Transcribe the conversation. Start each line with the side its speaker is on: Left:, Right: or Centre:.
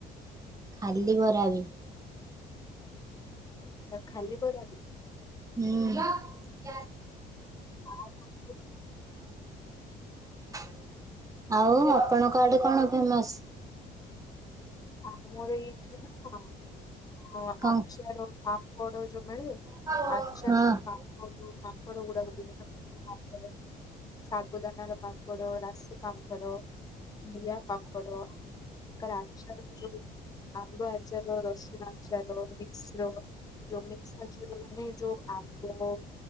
Right: ଖାଲି ବରା ବି।
Left: ତ ଖାଲି ବରା ବି।
Right: ହୁଁ <unintelligible> ରଖିଛୁ
Left: ଆଉ କଣ କହିଲ
Right: <unintelligible> ଆଉ ଆପଣଙ୍କ ଆଡେ କଣ ଫେମସ?
Left: ଆମର ଏଇଠି ନା
Right: କଣ?
Left: ଆଚାର ପା ପାମ୍ପଡ ଯୋଉ ମିଳେ।
Right: ହଁ
Left: ଆଚାର ପାମ୍ପଡ ପାମ୍ପଡ ଗୁଡାକ <unintelligible> ସାଗୁଦାନାର ପାମ୍ପ ଡ ରାଶି ପାମ୍ପଡ ଲିଆ ପାମ୍ପଡ ବିଭିନ୍ନ ପ୍ରକାର ଆଚାର ଯୋଉ ଆମ୍ବ ଆଚାର ରସୁଣ ଆଚାର ମିକ୍ସ୍ର ଯୋଉ ମିକ୍ସ ମାନେ ଯୋଉ ଆମ୍ବ